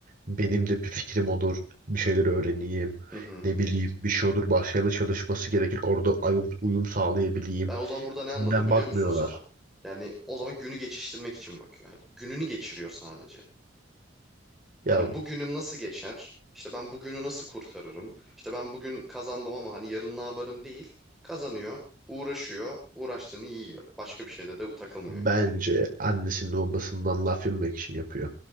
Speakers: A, on the right; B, in the centre.
A: Benim de bir fikrim olur, bir şeyler öğreneyim,
B: Hı hı.
A: ne bileyim bir şey olur, başka yerde çalışması gerekir. Orada uyum, uyum sağlayabileyim.
B: Ben o zaman burada ne
A: Sinden
B: anladım biliyor
A: bakmıyorlar.
B: musun sana? Yani o zaman günü geçiştirmek için bakıyor. Hani gününü geçiriyor sadece.
A: Ya
B: Hani bugünüm nasıl geçer? İşte ben bugünü nasıl kurtarırım? İşte ben bugün kazandım ama hani yarın ne yaparım değil. Kazanıyor, uğraşıyor, uğraştığını yiyor. Başka bir şeyde de takılmıyor
A: bence
B: yani.
A: annesinin babasından laf yememek için yapıyor.